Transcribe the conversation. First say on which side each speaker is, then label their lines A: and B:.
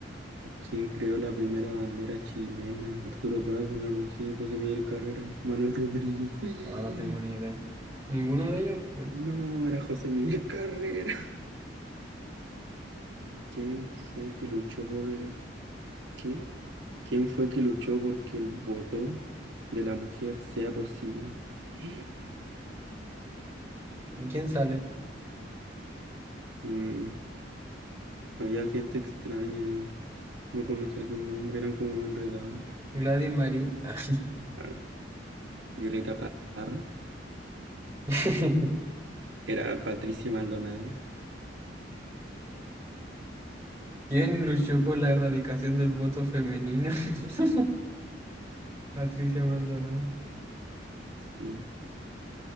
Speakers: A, on the right (about 70°); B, on the right (about 15°).
A: quién creó la primera bandera chilena? Arturo Prat, Bernardo O'Higgins, José Miguel Carrera, Manuel Rodríguez. <gasps>
B: Ahora no tengo ni idea. ¿Ninguno de ellos? ¿no?
A: No, era José Miguel Carrera. ¿Quién fue que luchó por el qué? ¿Quién fue que luchó porque el voto de la mujer sea posible? <gasps>
B: ¿Y quién sale?
A: Mm, había gente extraña, eh. no conocía su nombre, eran como enredados.
B: Gladys Marín. Ah.
A: Ah, Violeta Parra,
B: <laughs>
A: era Patricia Maldonado.
B: ¿Quién luchó por la erradicación del voto femenino? <laughs> Patricia Maldonado.
A: sí.